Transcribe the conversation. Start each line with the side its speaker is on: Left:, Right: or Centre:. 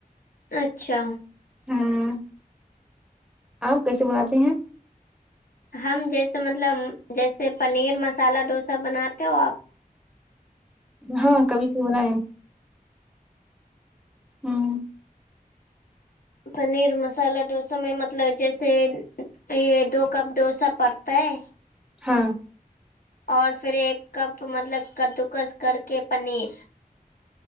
Left: اچھا
Centre: ہمم آپ کیسے بناتے ہیں
Left: ہم جیسے مطلب جیسے پنیر مسالہ ڈوسا بناتے ہو آپ
Centre: ہاں کبھی کبھی تو بناے ہے ہمم
Left: پنیر مسالہ ڈوسا میں مطلب جیسے تو یے دو کپ ڈوسا پڑتا ہے
Centre: ہاں
Left: اور پھر ایک کپ مطلب کدوکس کر کے پنیر